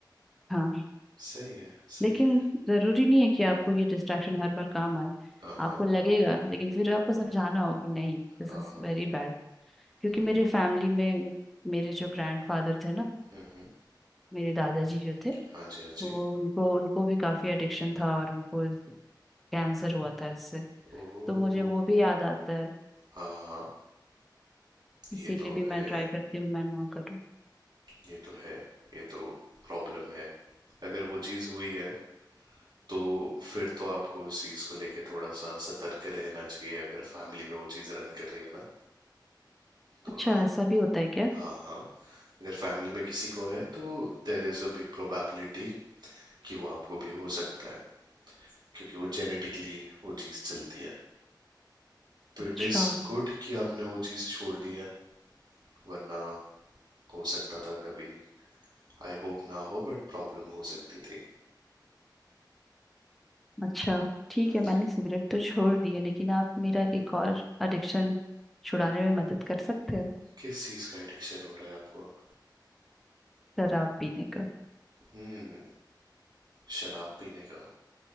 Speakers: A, in the centre; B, on the right.
A: हाँ
B: सही है सही
A: लेकिन
B: है
A: जरूरी नहीं है कि आपको ये डिस्ट्रैक्शन हर बार काम आए
B: हाँ हाँ
A: आपको लगेगा लेकिन फिर आपको समझाना होगा कि नहीं दिस
B: हाँ
A: इज वेरी बैड क्योंकि
B: हम्म
A: मेरे फैमिली में मेरे जो ग्रैंडफादर थे ना
B: हम्म
A: मेरे दादाजी जो थे
B: हाँ जी हाँ जी
A: वो उनको उनको भी काफी एडिक्शन था और उनको कैंसर हुआ था इससे
B: ओ
A: तो मुझे वो भी याद आता है
B: हाँ हाँ
A: इसीलिए
B: ये तो
A: भी
B: है
A: मैं ट्राई करती हूँ मैं ना करूँ
B: ये तो है ये तो प्रॉब्लम है अगर वो चीज़ हुई है तो फिर तो आपको उस चीज़ को लेके थोड़ा सा सतर्क रहना चाहिए अगर फैमिली में वो चीज़ रन कर रही है ना तो
A: अच्छा
B: हाँ
A: ऐसा भी होता है क्या
B: हाँ हाँ अगर फैमिली में किसी को है तो there is a big probability कि वो आपको भी हो सकता है क्योंकि वो जेनेटिकली वो चीज़ चलती है तो
A: अच्छा
B: इट इज़ गुड कि आपने वो चीज़ छोड़ दी है वरना हो सकता था कभी आई होप ना हो बट प्रॉब्लम हो सकती थी
A: अच्छा ठीक
B: हाँ
A: है मैंने
B: जी
A: सिगरेट तो छोड़ दी है लेकिन आप मेरा एक और एडिक्शन छुड़ाने में मदद कर सकते हैं
B: किस चीज़ का एडिक्शन हो रहा है आपको
A: शराब पीने का
B: हम्म शराब पीने का